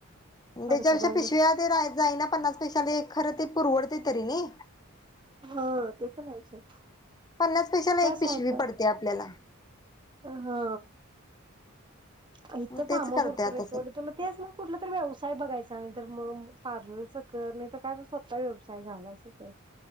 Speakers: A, on the left; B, on the right.
A: उ
B: परकरांकडे
A: तेज्या पेक्षा पिशव्या ते राय जाईना पन्नास पैशाले एक खरं ते पुरवडते तरी नई.
B: ह ते पण हाय सोड
A: पन्नास पैशाला
B: त्या
A: एक पिशवी
B: साईडला
A: पडते आपल्याला
B: हा आ इथं
A: मग तेच
B: काम
A: करते
B: भरपूराय
A: आता सध्या.
B: सोड तुला तेच म कुठला तरी व्यवसाय बघाय सां तर म पार्लरच कर नई तर काय तर स्वतः व्यवसाय घाल अस कर.